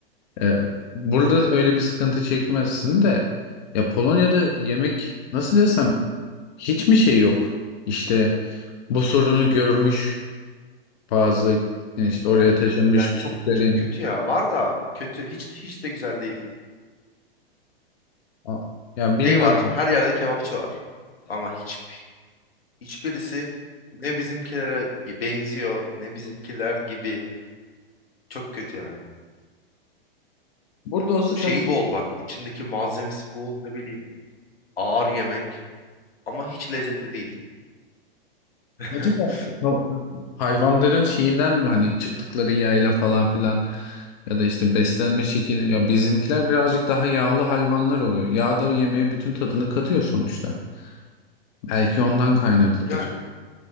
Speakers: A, on the left (about 50°); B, on the left (about 75°).
A: Ee, burada öyle bir sıkıntı çekmezsin de ya Polonya'da yemek nasıl desem hiç mi şey yok? İşte bu sorunu görmüş bazı yani işte oraya
B: eh,
A: taşınmış
B: yani
A: Türklerin
B: çok, çok kötü ya. Var da kötü. Hiç hiç de güzel değil.
A: A- ya bilmiyorum.
B: Şey var. Her yerde kebapçı var. Ama hiç hiçbirisi ne bizimkilere benziyor ne bizimkiler gibi. Çok kötü yani.
A: Burada o sıkıntı
B: Şey bol bak içindeki malzemesi bol ne bileyim. ağır yemek ama hiç lezzetli değil. <laughs>
A: acaba hayvanların şeyinden mi hani çıktıkları yayla falan filan ya da işte beslenme şekli ya bizimkiler birazcık daha yağlı hayvanlar oluyor. Yağ da yemeğe bütün tadını katıyor sonuçta. Belki ondan kaynaklıdır.
B: Yani